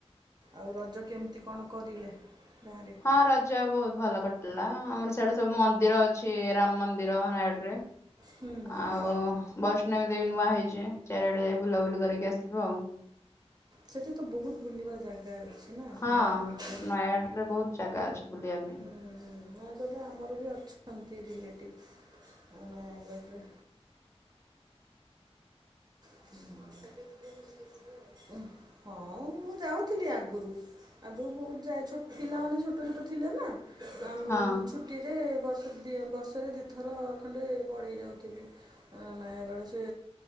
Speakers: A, on the right; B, on the left.
A: ଆଉ ରଜ କେମିତି କଣ କରିଲେ ଗାଁ ରେ?
B: ହଁ ରଜ ବହୁତ ଭଲ କଟିଲା ଆମର ସିଆଡୁ ସବୁ ମନ୍ଦିର ଅଛି ରାମ ମନ୍ଦିର ନୟାଗଡରେ।
A: ହୁଁ ହୁଁ
B: ଆଉ
A: ହୁଁ
B: ବୈଷ୍ଣବୀ ଦେବୀ ନୂଆ ହେଇଛି ଚାରିଆଡେ ଯାଇ ବୁଲାବୁଲି କରିକି ଆସଥିଲୁ ଆଉ।
A: ସେଠି ତ ବହୁତ ବୁଲିବା ଜାଗା ଅଛି ନା
B: ହଁ,
A: ନୟାଗଡ଼ରେ।
B: ନୟାଗଡରେ ବହୁତ ଜାଗା ଅଛି ବୁଲିବାକୁ।
A: ହୁଁ, ହୁଁ ନୟାଗଡ଼ରେ ଆମରବି ଅଛନ୍ତି ରିଲେଟିଭ ନୟାଗଡ଼ରେ। ହଉ କେବେ ଯିବେ ବୁଲିକି ଆସିବେ <unintelligible> ହଁ ମୁଁ ଯାଉଥିଲି ଆଗରୁ ଆଗରୁ ବହୁତ ଯାଏ ଛୋଟ୍ ପିଲାମାନେ ଛୋଟ ଛୋଟ ଥିଲେନା ଆଉ
B: ହଁ
A: ଛୁଟିରେ ବର୍ଷ ବର୍ଷରେ ଦିଥର ଖଣ୍ଡେ ପଳେଇ ଯାଉଥିଲି <unintelligible> ଆ ନୟାଗଡ଼ ସେ